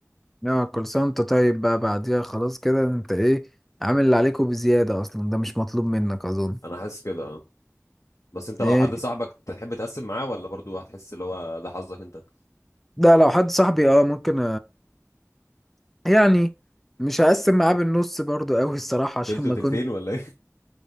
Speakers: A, in the centre; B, on the left.
A: يا كل سنة وانت طيب بقى بعديها خلاص كده انت ايه عامل اللي عليك وبزيادة اصلا ده مش مطلوب منك اظن
B: انا حاسس كده اه بس انت لو
A: ايه
B: حد صاحبك تحب تقسم معاه ولا برضو هتحس اللي هو ده حظك انت
A: ده لو حد صاحبي اه ممكن يعني مش هقسم معاه بالنص برضو قوي الصراحة عشان
B: تلت
A: ما
B: وتلتين
A: كنت
B: ولا ايه